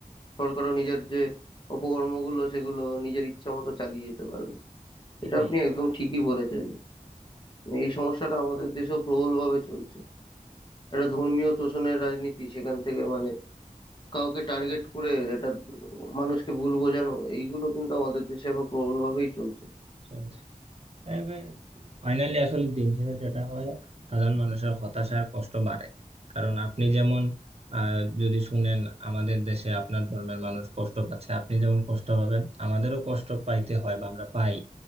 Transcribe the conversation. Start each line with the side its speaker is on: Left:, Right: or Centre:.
Left: সরকারও নিজের যে অপকর্মগুলো সেগুলো নিজের ইচ্ছা মতো চালিয়ে যেতে পারবে এটা
Right: এটাই
Left: আপনি একদম ঠিকই বলেছেন এই সমস্যাটা আমাদের দেশেও প্রবলভাবে চলছে একটা ধর্মীয় তোষণের রাজনীতি সেখান থেকে মানে কাউকে টার্গেট করে এটা মানুষকে ভুল বোঝানো এইগুলো কিন্তু আমাদের দেশে এখন প্রবলভাবেই চলছে
Right: চলছে তবে ফাইনালি আসলে দিন শেষে যেটা হয় সাধারণ মানুষের হতাশা আর কষ্ট বাড়ে কারণ আপনি যেমন আহ, যদি শুনেন আমাদের দেশে আপনার ধর্মের মানুষ কষ্ট পাচ্ছে আপনি যেমন কষ্ট পাবেন আমাদেরও কষ্ট পাইতে হয় বা আমরা পাই